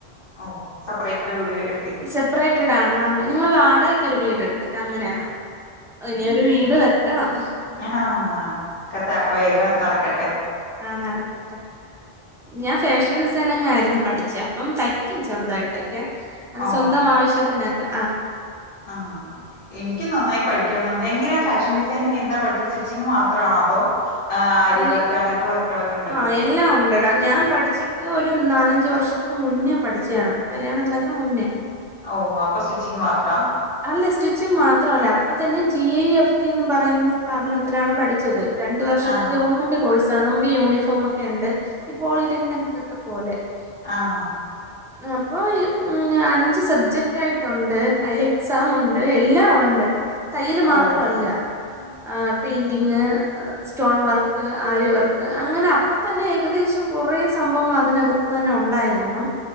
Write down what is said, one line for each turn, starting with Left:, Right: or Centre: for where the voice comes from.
Left: ഓ സെപ്പറേറ്റ് വീട് ഇ
Centre: സെപ്പറേറ്റഡ് ആണ് ഞങ്ങൾ വാടകക്കൊരു വീടെടുത്തിട്ട് അങ്ങനെയാണ്. ഇനി ഒരു വീട് വെക്കണം.
Left: ആഹ ത ഒക്കെ വേഗം നടക്കട്ടെ
Centre: ആഹ നടക്കട്ടെ ഞാൻ ഫാഷൻ ഡിസൈനിങ് ആയിരുന്നു. പഠിച്ചേ അപ്പം തയ്ക്കും ചെറുതായിട്ടൊക്കെ.
Left: ഓ
Centre: സ്വന്തം ആവശ്യത്തിനൊക്കെ.
Left: ആഹ് എനിക്കും നന്നായി പഠിക്കണംന്ന്ണ്ട് എങ്ങനെയാ ഫാഷൻ ഡിസൈനിങ്. എന്താ പഠിച്ചേ സ്റ്റിച്ചിങ് മാത്രമാണോ അതോ. ആ് അരി
Centre: അൽ
Left: വർക്ക് അങ്ങനത്തെ വർക്കുകളൊക്കെ ഉണ്ടല്ലോ.
Centre: ആ എല്ലാം ഉണ്ടെടാ ഞാൻ പഠിച്ച് ഒരു നാലഞ്ചു വർഷത്തിന് മുന്നേ പഠിച്ചയാണ് കല്യാണത്തിനൊക്കെ മുന്നേ.
Left: ഔ അപ്പൊ സ്റ്റിച്ചിങ് മാത്ര
Centre: അല്ല സ്റ്റിച്ചിങ് മാത്രല്ല അപ്പ തന്നെ ജി ഐ എഫ് ടി എന്ന് പറയുന്ന സ്ഥാപനത്തിലാണ് പഠിച്ചത്. രണ്ടു വർഷത്തെ
Left: ആ
Centre: ഗവൺമെന്റ് കോഴസാണ് നമുക്ക് യൂണിഫോം ഒക്കെ ഉണ്ട് ഈ പോളി ടെക്‌നിക്‌ ഒക്കെ പോലെ.
Left: ആഹ്
Centre: <inaudible> അപ്പൊ അഞ്ച് സബ്ജക്ട് ആയിട്ടുണ്ട് അതിൽ എക്സാം ഉണ്ട് എല്ലാം ഉണ്ട്. തയ്യൽ മാത്രല്ല
Left: ഓ
Centre: ആ പെയിന്റിങ്. സ്റ്റോൺ വർക്ക് ആര്യവർക്ക് അങ്ങനെ അപ്പം തന്നെ ഏകദേശം കുറേ സംഭവങ്ങൾ അതിനകത്ത്... തന്നെ ഉണ്ടായിരുന്നു